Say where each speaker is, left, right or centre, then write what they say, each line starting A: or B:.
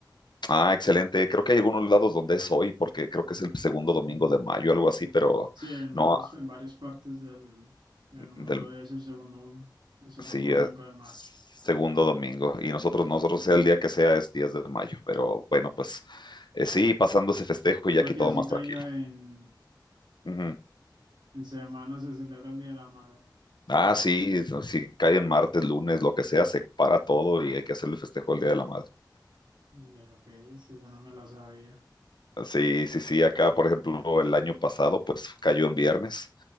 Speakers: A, on the left; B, on the right.
A: Ah, excelente. Creo que hay algunos lados donde es hoy, porque creo que es el segundo domingo
B: Mm.
A: de mayo, algo así, pero
B: Sí, en
A: no,
B: varios, en varias partes del, del mundo
A: del
B: es el segundo, el segundo
A: Sí,
B: domingo
A: es
B: de mayo.
A: segundo domingo. Y nosotros, nosotros sea el día que sea, es 10 de mayo. Pero bueno, pues eh, sí, pasando ese festejo y
B: O
A: ya aquí
B: sea que
A: todo
B: así
A: más
B: caiga
A: tranquilo.
B: en,
A: Ujú.
B: en semana se celebra el Día de la Madre.
A: Ah, sí, si cae en martes, lunes, lo que sea, se para todo y hay que hacerle festejo el Día de la Madre.
B: Vea, Pues, Esa no me la sabía.
A: Sí, sí, sí, acá, por ejemplo, el año pasado, pues cayó en viernes.